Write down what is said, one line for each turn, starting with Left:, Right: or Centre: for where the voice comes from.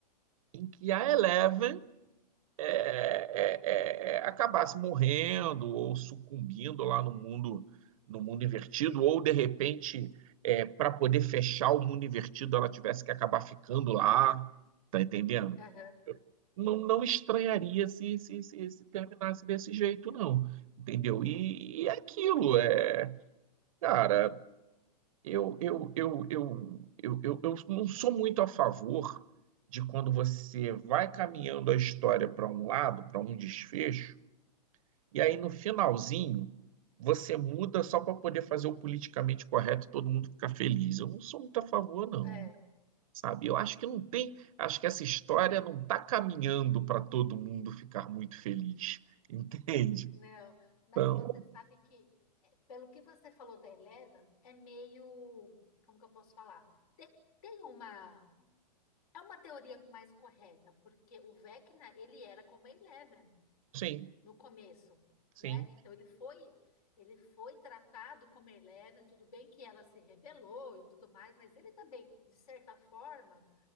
Right: em que a Eleven é, é, é, é, acabasse morrendo ou sucumbindo lá no mundo no mundo invertido, ou de repente, é, para poder fechar o mundo invertido, ela tivesse que acabar ficando lá, tá entendendo?
Left: aham,
Right: Não, não estranharia se, se, se, se terminasse desse jeito, não. Entendeu? E, e
Left: uh,
Right: é aquilo é. Cara, eu, eu, eu, eu, eu, eu, eu não sou muito a favor de quando você vai caminhando a história para um lado, para um desfecho, e aí no finalzinho, você muda só para poder fazer o politicamente correto, e todo mundo ficar feliz. Eu não sou muito a favor, não.
Left: é,
Right: Sabe? Eu acho que não tem, acho que essa história não está caminhando para todo mundo ficar muito feliz. <laughs> Entende?
Left: não, mas
Right: Então,
Left: você sabe que, eh, pelo que você falou da Eleven, é meio, como que eu posso falar? Tem, tem uma, é uma teoria mais correta, porque o Vecna, ele era como a Eleven,
Right: sim,
Left: no começo,
Right: sim,
Left: né? Então ele foi ele foi tratado como Eleven, tudo bem que ela se rebelou e tudo mais, mas ele também, de certa forma,